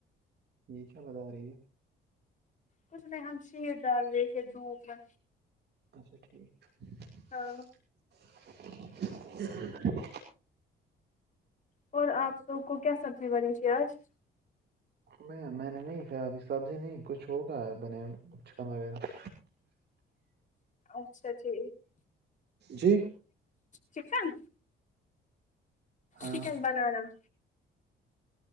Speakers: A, on the right; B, on the left.
A: یہی کیا بتا رہی ہے
B: کچھ میں ہم شیر ڈال رہے تھے دھوپ میں
A: <inaudible>
B: ہاں
A: <inaudible>
B: اور آپ سو کو کیا سبزی بنی تے آج
A: میں میں نے نہیں ک ابھی سبزی نہیں کچھ ہوگا بنے چکن وغیرہ
B: اچھا ٹھیک
A: جی
B: چکن
A: ہاں
B: چکن بنانا